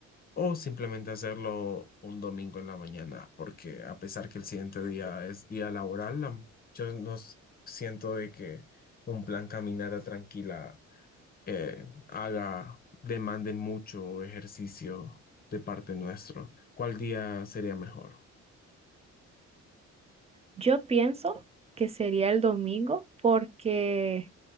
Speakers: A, on the left; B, on the right.
A: o simplemente hacerlo un domingo en la mañana, porque a pesar que el siguiente día es día laboral, la- yo no s- siento de que un plan caminata tranquila eh, haga, demande mucho ejercicio de parte nuestro. ¿Cuál día sería mejor?
B: Yo pienso que sería el domingo porque